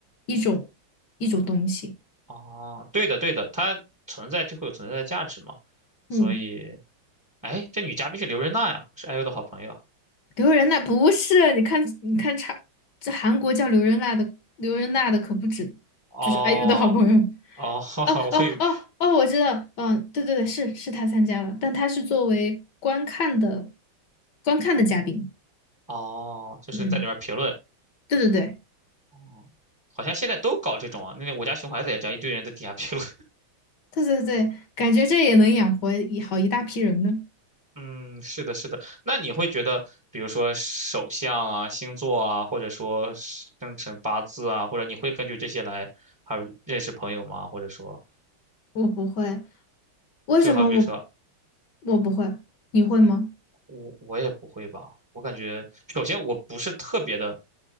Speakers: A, on the left; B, on the right.
A: 一种一种东西。
B: 哦，对的，对的，他存在就会有存在的价值嘛，所以，
A: 嗯，
B: 哎，这女嘉宾是刘瑞娜呀，是 IU 的好朋友，
A: 刘仁娜不是，你看你看差，这韩国叫刘仁娜的刘仁娜的可不止，
B: 哦，
A: 就是爱玉的好朋友。
B: 哦，<laughs> 哈哈，
A: 哦哦哦哦，
B: 我以为，
A: 我知道，嗯，对对对，是是他参加了，但他是作为观看的观看的嘉宾，
B: 哦，就是在里面评论，
A: 嗯，对对对
B: 哦，好像现在都搞这种啊，那个我家熊孩子也这样，一堆人在底下评论
A: 对对对，感觉这也能养活一好一大批人呢。
B: 嗯，是的，是的。那你会觉得，比如说手相啊、星座啊，或者说生辰八字啊，或者你会根据这些来还有认识朋友吗？或者说，
A: 我不会，为什么我
B: 就好比说
A: 我不会？你会吗？
B: 我我也不会吧。我感觉，首先我不是特别的